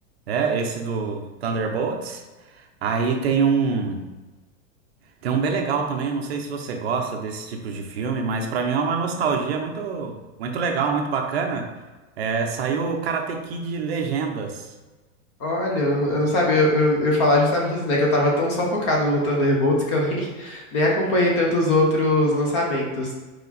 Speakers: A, on the right (about 50°); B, on the left (about 25°).
A: é esse do Thunderbolts. Aí tem um Tem um bem legal também, eu não sei se você gosta desse tipo de filme, mas pra mim é uma nostalgia muito, muito legal, muito bacana. É, saiu o Karate Kid Legendas.
B: Olha, eu não, eu não sabia, eu, eu, eu ia falar justamente isso, né? Que eu tava tão só focado no Thunderbolts que eu nem, <laughs> nem acompanhei tantos outros lançamentos.